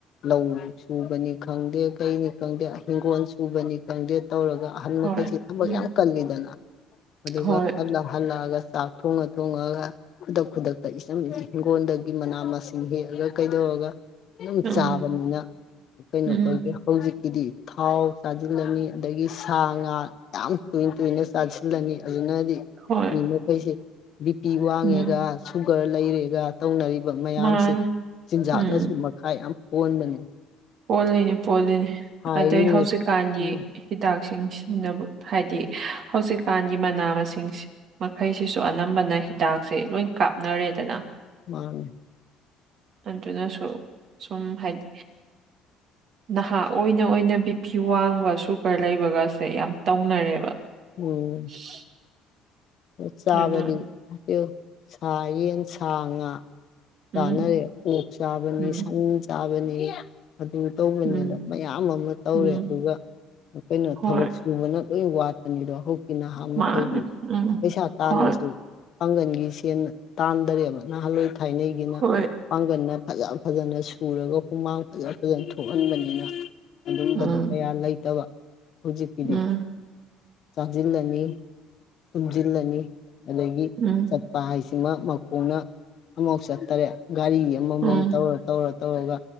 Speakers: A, on the left (about 55°); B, on the right (about 60°).
A: ꯂꯧ ꯁꯨꯕꯅꯤ ꯈꯪꯗꯦ ꯀꯩꯅꯤ ꯈꯪꯗꯦ ꯍꯤꯡꯒꯣꯜ ꯁꯨꯕꯅꯤ ꯈꯪꯗꯦ ꯇꯧꯔꯒ ꯑꯍꯟ
B: ꯍꯣꯏ
A: ꯃꯈꯩꯁꯤ ꯊꯕꯛ
B: ꯎꯝ
A: ꯌꯥꯝ ꯀꯜꯂꯤꯗꯅ ꯑꯗꯨꯒ
B: ꯍꯣꯏ
A: ꯍꯜꯂꯛ ꯍꯜꯂꯛꯑꯒ ꯆꯥꯛ ꯊꯣꯡꯉ ꯊꯣꯡꯉꯒ ꯈꯨꯗꯛ ꯈꯨꯗꯛꯇ ꯏꯆꯝ ꯍꯤꯡꯒꯣꯜꯗꯒꯤ ꯃꯅꯥ ꯃꯁꯤꯡ ꯍꯦꯛꯑꯒ ꯀꯩꯗꯧꯔꯒ ꯑꯗꯨꯝ
B: ꯎꯝ
A: ꯆꯥꯕꯅꯤꯅ ꯀꯩꯅꯣ
B: ꯎꯝ
A: ꯇꯧꯒꯦ ꯍꯧꯖꯤꯛꯀꯤꯗꯤ꯫ ꯊꯥꯎ ꯆꯥꯖꯤꯜꯂꯅꯤ ꯑꯗꯒꯤ ꯁꯥ ꯉꯥ ꯌꯥꯝ ꯇꯣꯏ ꯇꯣꯏꯅ ꯆꯥꯁꯤꯜꯂꯅꯤ ꯑꯗꯨꯅꯗꯤ
B: ꯍꯣꯏ
A: ꯃꯤ ꯃꯈꯩꯁꯦ ꯕꯤ ꯄꯤ ꯋꯥꯡꯉꯦꯒ
B: ꯎꯝ
A: ꯁꯨꯒꯔ ꯂꯩꯔꯦꯒ ꯇꯧꯅꯔꯤꯕ ꯃꯌꯥꯝꯁꯦ
B: ꯃꯥꯅꯤ
A: ꯆꯤꯟꯖꯥꯛꯅꯁꯨ
B: ꯎꯝ
A: ꯃꯈꯥꯏ ꯌꯥꯝ ꯄꯣꯟꯕꯅꯦ꯫
B: ꯄꯣꯜꯂꯤꯅꯤ ꯄꯣꯜꯂꯤꯅꯤ
A: ꯍꯥꯏꯔꯤꯅꯤ
B: ꯑꯗꯩ ꯍꯧꯖꯤꯛꯀꯥꯟꯒꯤ
A: ꯎꯝ
B: ꯍꯤꯗꯥꯛꯁꯤꯡ ꯁꯤꯟꯅꯕ ꯍꯥꯏꯗꯤ ꯍꯧꯖꯤꯛꯀꯥꯟꯒꯤ ꯃꯅꯥ ꯃꯁꯤꯡ ꯃꯈꯩꯁꯤꯁꯨ ꯑꯅꯝꯕꯅ ꯍꯤꯗꯥꯛꯁꯦ ꯂꯣꯏ ꯀꯥꯞꯅꯔꯦꯗꯅ꯫
A: ꯃꯥꯅ‌ꯦ
B: ꯑꯗꯨꯅꯁꯨ ꯁꯨꯝ ꯍꯥꯏꯗꯤ ꯅꯍꯥ ꯑꯣꯏꯅ ꯑꯣꯏꯅ ꯕꯤꯄꯤ ꯋꯥꯡꯕ ꯁꯨꯒꯔ ꯂꯩꯕꯒꯁꯦ ꯌꯥꯝ ꯇꯧꯅꯔꯦꯕ
A: ꯑꯣ
B: <inaudible>
A: ꯆꯥꯕꯗꯤꯌꯨ
B: ꯑꯗꯨꯅ
A: ꯁꯥ ꯌꯦꯟ ꯁꯥ ꯉꯥ ꯆꯥꯅꯔꯦ
B: ꯎꯝ
A: ꯑꯣꯛ ꯆꯥꯕꯅꯤ
B: ꯎꯝ
A: ꯁꯟ ꯆꯥꯕꯅꯤ ꯑꯗꯨ ꯇꯧꯕꯅꯤꯗ
B: ꯎꯝ
A: ꯃꯌꯥꯝ ꯑꯃ ꯇꯧꯔꯦ
B: ꯎꯝ
A: ꯑꯗꯨꯒ ꯀꯩꯅꯣ
B: ꯍꯣꯏ
A: ꯊꯕꯛ ꯆꯨꯕꯅ ꯂꯣꯏ ꯋꯥꯠꯄꯅꯤꯗꯣ ꯍꯨꯛꯀꯤ ꯅꯍꯥꯟ
B: ꯃꯥꯅꯦ
A: ꯃꯈꯩꯗꯤ
B: ꯎꯝ
A: ꯄꯩꯁꯥ ꯇꯥꯜꯂꯁꯨ
B: ꯍꯣꯏ
A: ꯄꯥꯡꯒꯟꯒꯤ ꯁꯦꯟ ꯇꯥꯟꯗꯔꯦꯕ ꯅꯍꯥꯟꯋꯥꯏ ꯊꯥꯏꯅꯩꯒꯤꯅ
B: ꯍꯣꯏ
A: ꯄꯥꯡꯒꯟꯅ ꯐꯖ ꯐꯖꯅ ꯁꯨꯔꯒ ꯍꯨꯃꯥꯡ ꯐꯖ ꯐꯖꯅ ꯊꯣꯛꯍꯟꯕꯅꯤꯅ ꯑꯗꯨꯝꯕꯗ‌ꯣ
B: ꯎꯝ
A: ꯀꯌꯥ ꯂꯩꯇꯕ ꯍꯧꯖꯤꯛꯀꯤꯗꯤ
B: ꯎꯝ
A: ꯆꯥꯖꯤꯜꯂꯅꯤ ꯇꯨꯝꯖꯤꯜꯂꯅꯤ ꯑꯗꯒꯤ
B: ꯎꯝ
A: ꯆꯠꯄ ꯍꯥꯏꯁꯤꯃ ꯃꯈꯣꯡꯅ ꯑꯃꯐꯥꯎ ꯆꯠꯇꯔꯦ ꯒꯥꯔꯤ ꯑꯃꯃꯝ
B: ꯎꯝ
A: ꯇꯧꯔ ꯇꯧꯔ ꯇꯧꯔꯒ